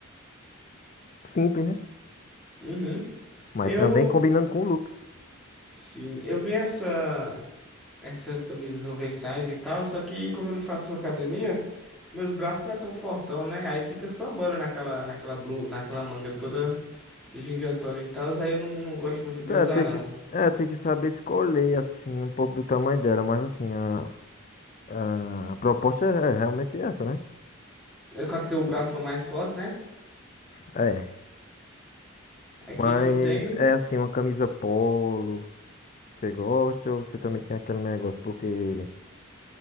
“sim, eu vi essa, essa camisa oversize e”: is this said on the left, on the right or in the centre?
Centre